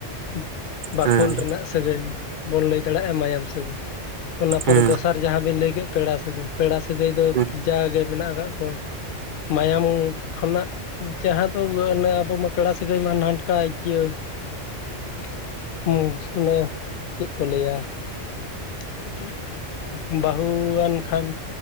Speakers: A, on the left (about 55°); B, on the right (about 65°).
A: <unintelligible> ᱵᱟᱠᱷᱩᱞ
B: ᱦᱮᱸ
A: ᱨᱮᱱᱟᱜ ᱥᱟᱹᱜᱟᱹᱭ ᱵᱚᱱ ᱞᱟᱹᱭ ᱫᱟᱲᱮᱭᱟᱜ-ᱟ ᱢᱟᱭᱟᱢ ᱥᱟᱹᱜᱟᱹᱭ, ᱚᱱᱟ ᱯᱚᱨᱮ
B: ᱦᱮᱸ
A: ᱫᱚᱥᱟᱨᱼᱼ ᱡᱟᱦᱟᱸ ᱵᱤᱱ ᱞᱟᱹᱭ ᱠᱮᱫ ᱯᱮᱲᱟ ᱥᱟᱹᱜᱟᱹᱭ ᱯᱮᱲᱟ ᱥᱟᱹᱜᱟᱹᱭ ᱫᱚ
B: ᱦᱮᱸ
A: ᱡᱟᱜᱮ ᱢᱮᱱᱟᱜ ᱟᱠᱟᱜ ᱠᱚᱼᱼ ᱢᱟᱭᱟᱢ ᱠᱷᱚᱱᱟᱜᱼᱼ ᱡᱟᱦᱟᱸ ᱫᱚ ᱚᱱᱮ ᱟᱵᱚ ᱢᱟ ᱯᱮᱲᱟ ᱥᱟᱹᱜᱟᱹᱭ ᱢᱟ ᱱᱷᱟᱱᱠᱟ ᱤᱭᱟᱹᱼᱼ <unintelligible> ᱚᱱᱮ ᱪᱮᱫ ᱠᱚ ᱞᱟᱹᱭᱟᱼᱼ <unintelligible> ᱵᱟᱹᱦᱩᱻ ᱟᱱ ᱠᱷᱟᱱᱼᱼ